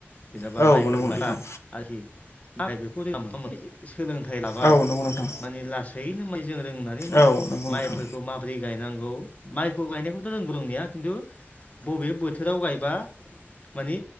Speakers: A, on the left; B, on the left.
A: जेनेबा
B: औ
A: माइफोर
B: नंगौ
A: लायबा
B: नोंथां
A: आरोखि माइ बेखौ जों मोन मोनो सोलोंथाइ लाबाय
B: औ नंगौ नोंथां
A: माने लासैनो मै जों रोंनानै मा
B: औ नंगौ नोंथां
A: माइफोरखौ माबोरै गायनांगौ माइखौ गायनायखौथ' रोंगौ‌ रोंनाया खिन्थु बबे बोथोराव गायबा माने